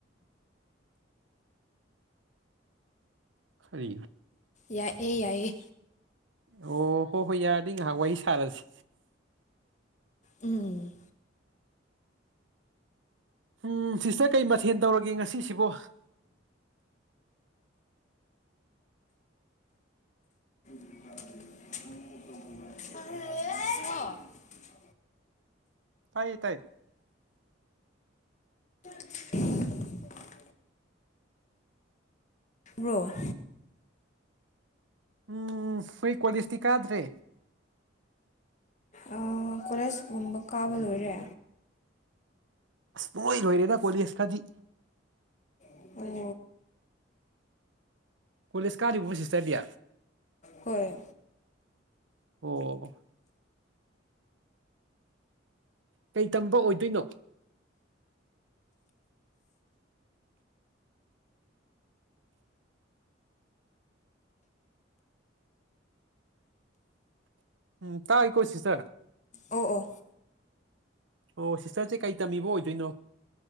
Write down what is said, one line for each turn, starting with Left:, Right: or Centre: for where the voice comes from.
Right: ꯀꯔꯤ
Left: ꯌꯥꯏꯑꯦ-ꯌꯥꯏꯌꯦ
Right: ꯑꯣ ꯍꯣ-ꯍꯣꯏ ꯌꯥꯔꯗꯤ ꯉꯍꯥꯛ ꯋꯥꯔꯤ ꯁꯥꯔꯖꯤ꯫
Left: ꯎꯝ
Right: ꯎꯝ ꯁꯤꯁꯇꯔ ꯀꯩ ꯃꯊꯦꯜ ꯇꯧꯔꯒꯦ ꯉꯁꯤꯁꯤꯕꯣ꯫
Left: <inaudible>
Right: ꯇꯥꯏꯌꯦ ꯇꯥꯏ
Left: <unintelligible> ꯕ꯭ꯔꯣ
Right: ꯎꯝ ꯍꯣꯏ ꯀꯣꯂꯦꯖꯇꯤ ꯀꯥꯗ꯭ꯔꯦ꯫
Left: ꯑꯣ ꯀꯣꯂꯦꯖꯀꯨꯝꯕ ꯀꯥꯕ ꯂꯣꯏꯔꯦ꯫
Right: ꯑꯁ ꯄꯨꯡꯂꯣꯏ ꯂꯣꯏꯔꯦꯗ ꯀꯣꯂꯦꯖꯀꯥꯗꯤ꯫
Left: ꯑꯣ
Right: ꯀꯣꯂꯦꯖ ꯀꯥꯔꯤꯕꯣ ꯁꯤꯁꯇꯔꯗꯤ
Left: ꯍꯣꯏ
Right: ꯑꯣ ꯀꯩ ꯇꯝꯕ ꯑꯣꯏꯗꯣꯏꯅꯣ ꯎꯝ ꯇꯥꯏꯀꯣ ꯁꯤꯁꯇꯔ
Left: ꯑꯣ-ꯑꯣ
Right: ꯑꯣ ꯁꯤꯁꯇꯔꯖꯦ ꯀꯩ ꯇꯝꯃꯤꯕ ꯑꯣꯏꯗꯣꯏꯅꯣ